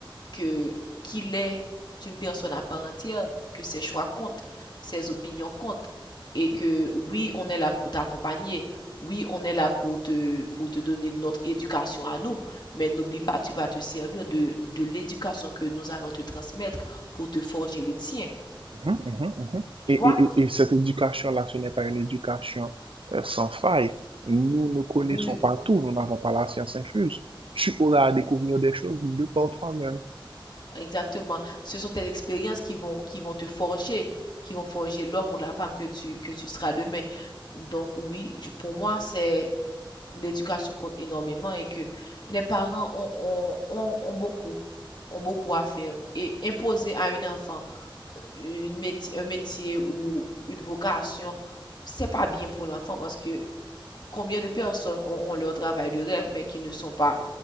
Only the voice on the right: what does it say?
Mhm.
Mhm, mhm, mhm.
Et,
et- et- et cette éducation-là, ce n'est pas une éducation euh, sans faille. Nous ne connaissons
pas tout, nous n'avons pas la science infuse. Tu auras
à découvrir des choses de par toi-même.